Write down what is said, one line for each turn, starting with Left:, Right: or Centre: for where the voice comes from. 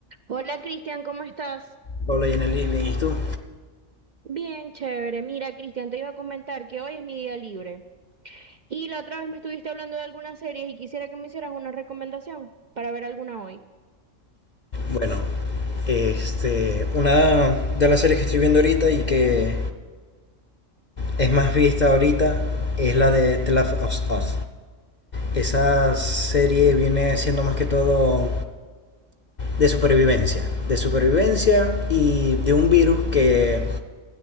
Right: Hola Cristian, ¿cómo estás?
Left: Hola Yaneli, bien, ¿y tú?
Right: Bien, chévere. Mira, Cristian, te iba a comentar que hoy es mi día libre. Y la otra vez me estuviste hablando de algunas series y quisiera que me hicieras una recomendación para ver alguna hoy.
Left: Bueno, este, una de las series que estoy viendo ahorita y que es más vista ahorita es la de The Last of Us. Esa serie viene siendo más que todo de supervivencia, de supervivencia y de un virus que,